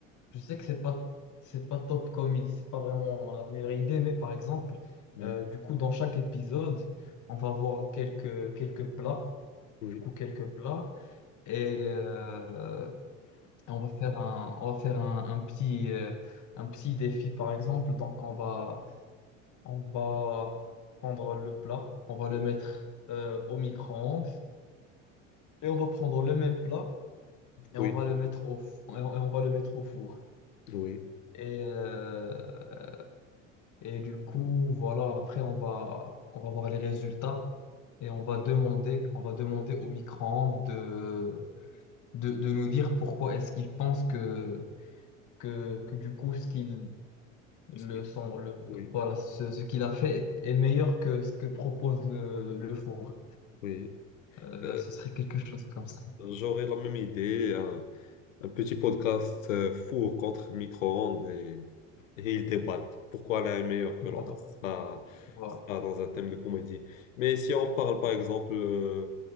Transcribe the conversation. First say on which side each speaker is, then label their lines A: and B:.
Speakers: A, on the left (about 50°); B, on the left (about 85°).
A: Je sais que c'est pas, c'est pas top comme il, c'est pas vraiment la meilleure idée, mais par exemple,
B: Hmm.
A: euh, du coup, dans chaque épisode, on va voir quelques, quelques plats,
B: Oui,
A: du coup, quelques plats, et euh, on va faire un, on va faire un, un petit, euh, un petit défi, par exemple. Donc, on va on va prendre le plat, on va le
B: oui,
A: mettre euh, au micro-ondes et on va prendre le même plat et
B: oui,
A: on va le mettre au, f- et on, et on va le mettre au four.
B: oui,
A: Et, euh, et du coup, voilà, après on va, on va voir les résultats et on va demander, on va demander au micro-ondes de, de, de nous dire pourquoi est-ce qu'il pense que, que, que du coup ce qu'il le
B: Ce qui-
A: son, le,
B: oui,
A: voilà, ce, ce qu'il a fait est meilleur que ce que propose le, le four.
B: oui.
A: Euh,
B: Euh,
A: ce serait quelque chose comme ça.
B: J'aurais la même idée. hein. Un petit podcast euh, four contre micro-ondes et, et ils débattent pourquoi l'un est meilleur que l'autre.
A: Voilà.
B: Ça,
A: Voilà.
B: ça dans un thème de comédie. Mais si on parle par exemple, euh,